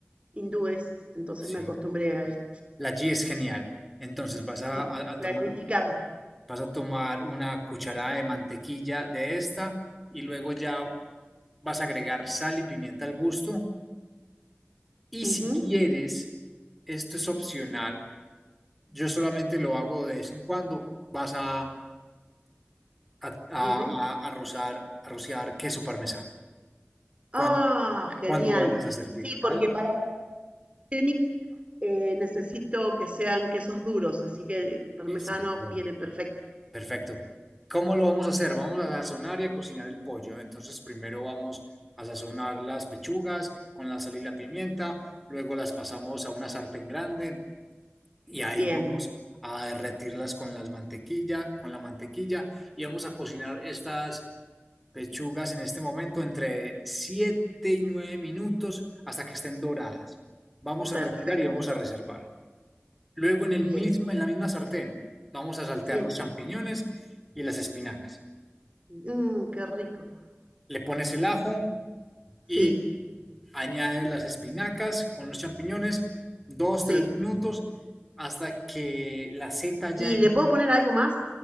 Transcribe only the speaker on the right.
hindúes, entonces
me acostumbré a eso.
Sí,
clarificada.
Ujú,
Dime.
Ah, genial.
Sí,
porque para la Scenic eh, necesito que sean quesos duros, así que el parmesano
viene perfecto.
Sí,
bien,
perfecto,
bien.
Sí,
mm, qué rico.
Sí,
sí.
¿Y
le puedo poner algo más?